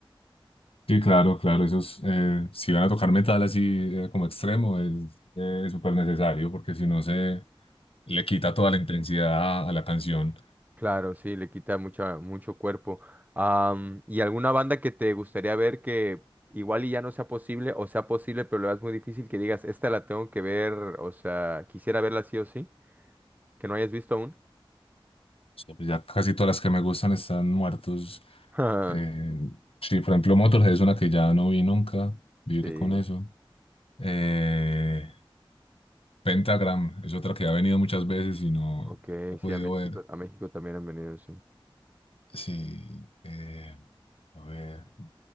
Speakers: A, on the left; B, on the right.
A: Sí, claro, claro, esos, eh, si van a tocar metal así eh, como extremo, es eh, súper necesario porque si no se le quita toda la intensidad a, a la canción.
B: Claro, sí, le quita mucha, mucho cuerpo. Am, ¿y alguna banda que te gustaría ver que igual y ya no sea posible, o sea posible, pero lo veas muy difícil que digas, esta la tengo que ver, o sea, quisiera verla sí o sí, que no hayas visto aún?
A: Sí, pues ya casi todas las que me gustan están muertos.
B: <laughs>
A: Eh, sí, por ejemplo, Motorhead es una que ya no vi nunca, viviré
B: Sí.
A: con eso. Eh, Pentagram es otra que ha venido muchas veces y no
B: Ok,
A: la he podido
B: sí, a México,
A: ver.
B: a México también han venido, sí.
A: Sí, eh, a ver,